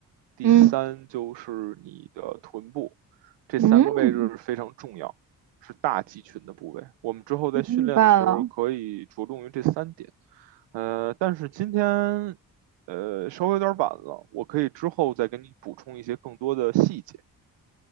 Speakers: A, on the right (about 85°); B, on the right (about 45°).
A: 第三，
B: 嗯
A: 就是你的臀部。这三个位置是非常重要，
B: 嗯，
A: 是大肌群的部位。我们之后在训练的时候可以着重于这三点。
B: 明白了。
A: 呃，但是今天呃稍微有点晚了，我可以之后再给你补充一些更多的细节。